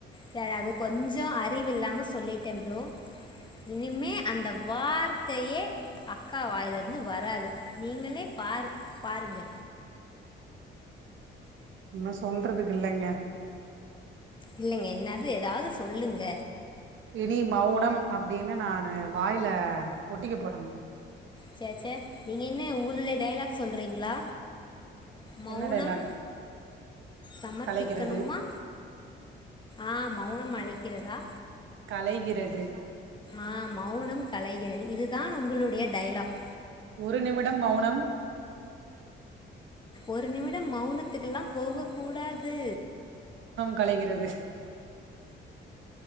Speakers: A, on the left (about 25°); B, on the right (about 75°).
A: சரி அது கொஞ்சோ அறிவு இல்லாம சொல்லிட்டே ப்ரோ இனிமே அந்த வார்த்தையே அக்கா வாயில இருந்து வராது நீங்களே பாரு பாருங்க
B: ஒன்னு சொல்றதுக்கு இல்லைங்க
A: இல்லைங்க என்னாது ஏதாவது சொல்லுங்க
B: இனி மௌனம் அப் அப்டின்னு நானு வாயில ஒட்டிக்க போறாங்க
A: ச்ச ச்சே நீங்க என்ன உங்களுடைய டைலாக் சொல்றீங்களா மௌனம்
B: என்ன டைலாக்
A: சமர்ப்பிக்கணுமா
B: கலைகிறது
A: ஆம் மௌனம் அழைக்கிறதா
B: கலைகிறது
A: ஆ மௌனம் கலைகிறது இது தான் உங்குளுடைய டைலாக்
B: ஒரு நிமிடம் மௌனம்
A: ஒரு நிமிடம் மௌன இதுக்கெல்லா போக கூடாது
B: களைகிறது